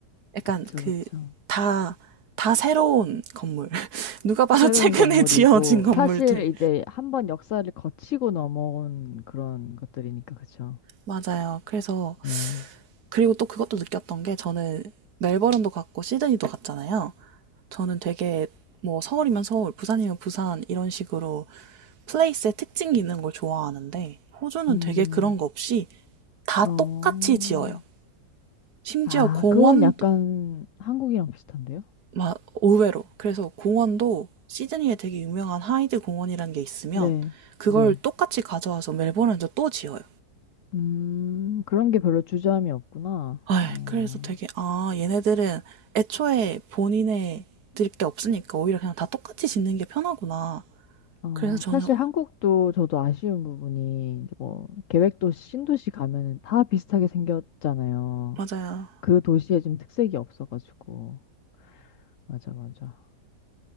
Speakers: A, on the right; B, on the left.
A: 약간
B: 그쵸,
A: 그
B: 그쵸.
A: 다 다 새로운 건물. <laughs> 누가 봐도
B: 새로운
A: 최근에
B: 건물이고
A: 지어진 건물들.
B: 사실 이제 한번 역사를 거치고 넘어온 그런 것들이니까 그쵸?
A: 맞아요. 그래서
B: 네.
A: 그리고 또 그것도 느꼈던 게 저는 멜버른도 갔고 시드니도 갔잖아요. 저는 되게 뭐 서울이면 서울, 부산이면 부산 이런 식으로 플레이스의 특징이 있는 걸 좋아하는데 호주는
B: 음,
A: 되게 그런 거 없이 다
B: 어,
A: 똑같이 지어요. 심지어
B: 아,
A: 공원도
B: 그건 약간 한국이랑 비슷한데요?
A: 막 의외로. 그래서 공원도 시드니에 되게 유명한 하이드 공원이라는 게 있으면
B: 네,
A: 그걸
B: 네.
A: 똑같이 가져와서 멜버른에서 또 지어요.
B: 음, 그런 게 별로 주저함이 없구나.
A: 아,
B: 어,
A: 그래서 되게 아, 얘네들은 애초에 본인의 드릴 게 없으니까 오히려 그냥 다 똑같이 짓는 게 편하구나.
B: 어,
A: 그래서 저는
B: 사실 한국도 저도 아쉬운 부분이 이제 뭐 계획도시, 신도시 가면은 다 비슷하게 생겼잖아요.
A: 맞아요.
B: 그 도시에 좀 특색이 없어가지고. 맞아, 맞아.